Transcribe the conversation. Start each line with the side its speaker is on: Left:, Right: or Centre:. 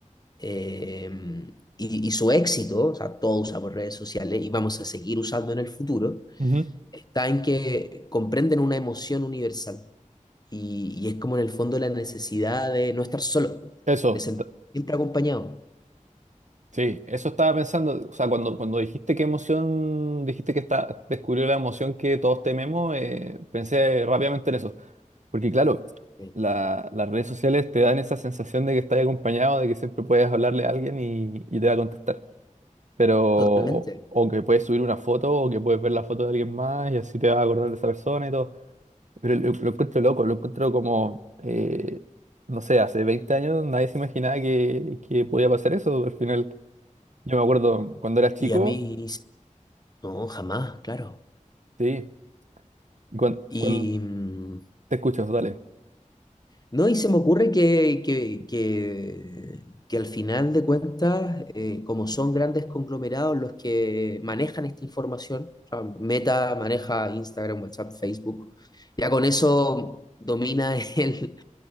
Left: eh, y, y su éxito, o sea, todos usamos redes sociales y vamos a seguir usando en el futuro,
Right: Ujú.
Left: está en que comprenden una emoción universal. Y, y es como en el fondo la necesidad de no estar solo,
Right: Eso,
Left: de sentir
Right: t-
Left: siempre acompañado.
Right: sí, eso estaba pensando, o sea, cuando, cuando dijiste qué emoción, dijiste que está, descubrió la emoción que todos tememos, eh, pensé rápidamente en eso. Porque claro,
Left: Sí.
Right: la- las redes sociales te dan esa sensación de que estás acompañado, de que siempre puedes hablarle a alguien y, y te va a contestar. Pero, o,
Left: Totalmente.
Right: o que puedes subir una foto, o que puedes ver la foto de alguien más y así te vas a acordar de esa persona y todo. Pero lo, lo encuentro loco, lo encuentro como, eh, no sé, hace 20 años nadie se imaginaba que, que podía pasar eso. Al final, yo me acuerdo cuando era chico,
Left: Y a mí, no, jamás, claro.
Right: sí, y cuando,
Left: Y,
Right: cuando
Left: mm,
Right: te escuchas, dale.
Left: No, y se me ocurre que, que, que, que al final de cuentas, eh, como son grandes conglomerados los que manejan esta información, o sea, Meta maneja Instagram, WhatsApp, Facebook, ya con eso domina <laughs> el,